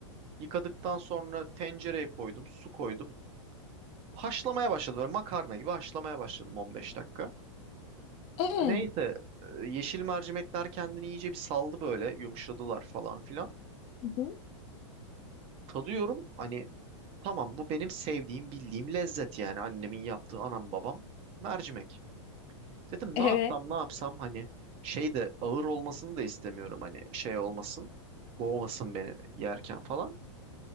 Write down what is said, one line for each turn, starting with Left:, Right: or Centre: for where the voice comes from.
Right: Yıkadıktan sonra tencereye koydum su koydum. Haşlamaya başladım böyle makarna gibi haşlamaya başladım 15 dakika.
Left: E, hı
Right: Neyse e, yeşil mercimekler kendini iyice bir saldı böyle yumuşadılar falan filan.
Left: hı,
Right: tadıyorum. Hani tamam bu benim sevdiğim, bildiğim lezzet yani annemin yaptığı anam babam mercimek. Dedim
Left: evet.
Right: ne yapsam ne yapsam hani şey de ağır olmasını da istemiyorum hani şey olmasın. Boğmasın beni yerken falan.